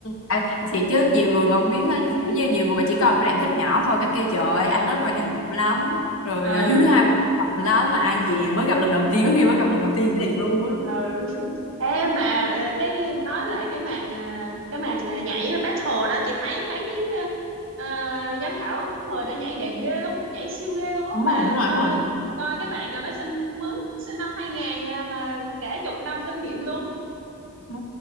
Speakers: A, on the left; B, on the right.
A: À, thiệt chứ nhiều người mà không biết ấy, kiểu như nhiều người mà chỉ coi một cái đoạn khách nhỏ thôi cái kia trời ơi,
B: à
A: à, Tết quan hệ rộng lắm rồi
B: ừ
A: à, thứ hai quan hệ rộng lắm mà ai về mới gặp lần đầu tiên có khi mới gặp lần đầu tiên thiệt luôn á
B: ừ Ê mà ờ, cái nói lại cái màn ờ, cái màn ờ, nhảy battle đó chị thấy mấy cái ờ, ờ, giám khảo mời đã nhảy đẹp ghê luôn á, nhảy siêu ghê luôn á
A: đúng
B: mà
A: rồi đúng rồi
B: coi
A: đúng rồi
B: coi cái bạn nào đó sinh mới sinh năm 2000 à, mà cả chục năm kinh nghiệm luôn
A: ừ.